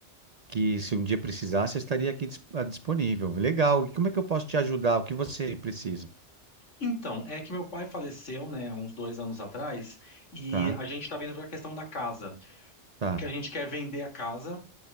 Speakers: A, on the right; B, on the left.
A: que se um dia precisasse, eu estaria aqui dis- ah, disponível. Legal. E como é que eu posso te ajudar? O que você precisa?
B: Então, é que meu pai faleceu, né, uns dois anos atrás, e
A: Tá,
B: a gente tá vendo toda a questão da casa,
A: tá,
B: porque a gente quer vender a casa